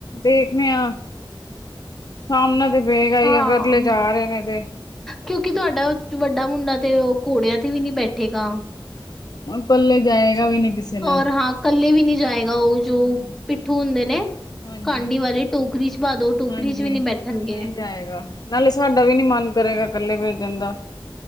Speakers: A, on the left (about 50°); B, in the centre.
A: ਦੇਖਣੇ ਆ ਸਾਮਨਾਂ ਦੇ ਵੇਗਾ ਹੀ
B: ਹਾਂ
A: ਅਗਰ ਲਿਜਾ ਰਹੇ ਨੇ ਤੇ,
B: ਕਿਉਂਕਿ ਤੁਹਾਡਾ ਵੱਡਾ ਮੁੰਡਾ ਤੇ ਉਹ ਘੋੜਿਆਂ ਤੇ ਵੀ ਨੀ ਬੈਠੇ, ਬੈਠੇਗਾ,
A: ਕੱਲੇ ਜਾਏਗਾ ਵੀ ਨੀ, ਕਿਸੇ ਨਾਲ
B: ਔਰ ਹਾਂ ਕੱਲੇ ਵੀ ਨੀ ਜਾਏਗਾ ਉਹ ਜੋ
A: ਹਮ
B: ਪਿੱਠੂ ਹੁੰਦੇ ਨੇ
A: ਹਾਂਜੀ
B: ਕਾਂਡੀ ਵਾਲੇ ਟੋਕਰੀ ਚ ਪਾ ਦੋ ਟੋਕਰੀ
A: ਹਾਂਜੀ
B: ਚ ਵੀ ਨੀ ਬੈਠਣਗੇ।
A: ਨਹੀਂ ਜਾਏਗਾ ਨਾਲੇ ਸਾਡਾ ਵੀ ਨੀ ਮਨ ਕਰੇਗਾ ਇਕੱਲੇ ਭੇਜਣ ਦਾ